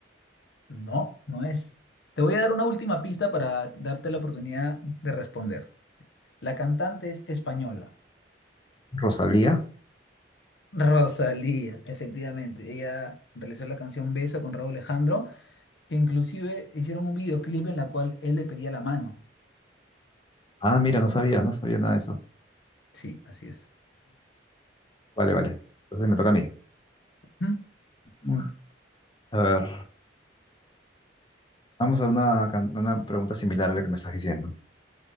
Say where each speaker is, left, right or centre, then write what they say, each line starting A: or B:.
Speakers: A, on the left (about 70°); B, on the left (about 25°).
A: No, no es. Te voy a dar una última pista para darte la oportunidad de responder. La cantante es española.
B: Rosalía.
A: Rosalía, efectivamente. Ella realizó la canción Beso con Raúl Alejandro, que inclusive hicieron un videoclip en la cual él le pedía la mano.
B: Ah, mira, no sabía, no sabía nada de eso.
A: Sí, así es.
B: Vale, vale. Entonces me toca a mí.
A: ¿Mm?
B: Mm. A ver, vamos a una, can- una pregunta similar a la que me estás diciendo,